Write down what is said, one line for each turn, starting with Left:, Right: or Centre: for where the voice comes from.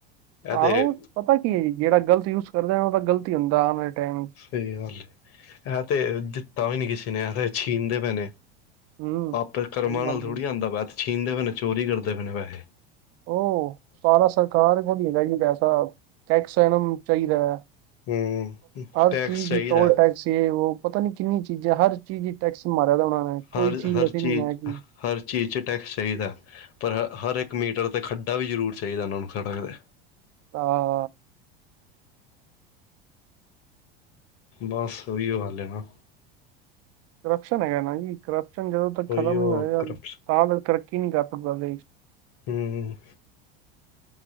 Left: ਇਹ
Right: ਆਹੋ
Left: ਤੇ
Right: ਪਤਾ ਕੀ ਏ ਜੀ ਜੇੜਾ ਗਲਤ ਯੂਜ ਕਰਦਾ ਓਦਾ ਗ਼ਲਤ ਈ ਹੁੰਦਾ ਆਣ ਵਾਲੇ ਟਾਈਮ
Left: ਸਈ ਗੱਲ ਏ ਐ ਤੇ ਦਿੱਤਾ ਵੀ ਨੀ ਕਿਸੇ ਨੇ ਐ ਤੇ ਛੀਨਦੇ ਪੇ ਨੇ
Right: ਹੂੰ। ਸਹੀ
Left: ਆਪੇ ਕਰਮਾਂ
Right: ਗੱਲ
Left: ਨਾਲ ਥੋੜੀ
Right: ਜੀ
Left: ਆਂਦਾ ਪਯਾ ਐ ਤੇ ਛਿਨਦੇ ਪਏ ਨੇ ਚੋਰੀ ਕਰਦੇ ਪਏ ਨੇ ਪੈਹੇ।
Right: ਓ ਸਾਰਾ ਸਰਕਾਰ ਥੋੜੀ ਲੈਜਾਏਗੀ ਪੈਸਾ ਟੈਕਸ ਓਨਾਂ ਨੂੰ ਚਾਇਦਾ
Left: ਹੂੰ
Right: ਹਰ
Left: ਟੈਕਸ
Right: ਚੀਜ਼
Left: ਚਾਹੀਦਾ
Right: ਦੀ ਟੋਲ ਟੈਕਸ ਤੇ ਵੋ ਪਤਾ ਨੀ ਕਿੰਨੀਆਂ ਚੀਜ਼ਾਂ ਹਰ ਚੀਜ਼ ਚ ਟੈਕਸ ਮਾਰਿਆ ਦਾ ਓਨਾਂ ਨੇ ਕੋਈ
Left: ਹਰ ਹਰ
Right: ਐਸੀ
Left: ਚੀਜ਼
Right: ਨਹੀਂ ਹੈ
Left: ਚ
Right: ਕਿ
Left: ਹਰ ਚੀਜ਼ ਚ ਟੈਕਸ ਚਾਇਦਾ ਪਰ ਹ ਹਰ ਇੱਕ ਮੀਟਰ ਤੇ ਖੱਡਾ ਵੀ ਜ਼ਰੂਰ ਚਾਇਦਾ ਏਨਾਂ ਨੂੰ ਸੜਕ ਤੇ
Right: ਹਾਂ।
Left: ਬਸ ਓਇਓ ਗੱਲ ਏ ਨਾ
Right: ਕਰਪਸ਼ਨ ਹੈਗਾ ਨਾ ਜੀ ਕਰਪਸ਼ਨ ਜਦੋਂ ਤੱਕ
Left: ਉਹੀਓ
Right: ਖ਼ਤਮ ਨੀ ਹੋਏਗਾ
Left: ਕਰਪਸ਼ਨ
Right: ਤਾਂ ਤਕ ਤਰੱਕੀ ਨੀ ਕਰ ਸਕਦਾ ਦੇਸ਼।
Left: ਹੂੰ ‌।